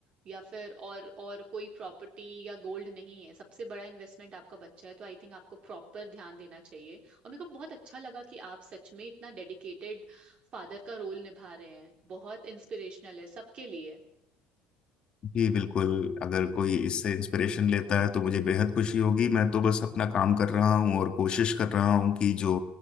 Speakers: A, on the right; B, on the left.
A: या फिर और और कोई प्रॉपर्टी या गोल्ड नहीं है सबसे बड़ा इन्वेस्टमेंट आपका बच्चा है तो आई थिंक आपको प्रॉपर ध्यान देना चाहिए और मेरे को बहुत अच्छा लगा कि आप सच में इतना डेडिकेटेड फादर का रोल निभा रहे हैं बहुत इंस्पिरेशनल है सबके लिए
B: जी बिल्कुल अगर कोई इससे इंस्पिरेशन लेता है तो मुझे बेहद खुशी होगी मैं तो बस अपना काम कर रहा हूँ और कोशिश कर रहा हूँ कि जो